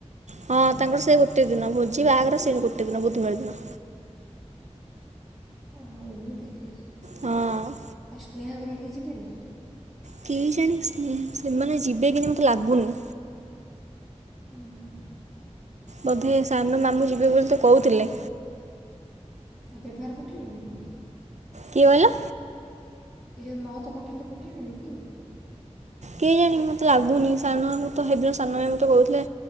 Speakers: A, on the right; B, in the centre.
A: ହଁ ତାଙ୍କର ସେ ଗୋଟେ ଦିନ ଭୋଜି ବାହାଘର ସେଇ ଗୋଟେ ଦିନ ବୁଧବାର ଦିନ।
B: ଓ ହୋ ଏମିତି କି ଆଉ
A: ହଁ
B: ସ୍ନେହାଘର କେହି ଯିବେନି?
A: କେଜାଣି ସ୍ନେ ସେମାନେ ଯିବେ କି ନାହିଁ ମତେ ଲାଗୁନି।
B: ଉ ହୁଁ।
A: ବୋଧେ ସାନ ମାମୁଁ ଯିବେ ବୋଲି ତ କହୁଥିଲେ।
B: ଆଉଁ ବେଭାର ପଠେଇବନି କି?
A: କିଏ କହିଲ?
B: ଏ ଯୋଉ ମହତ ପଠାନ୍ତି ପଠେଇବେନି କି?
A: କେଜାଣି। ମତେ ଲାଗୁନି ସାନ ମାମୁଁ ତ ହେଦିନ ସାନ ମାଇଁ ମତେ କହୁଥିଲେ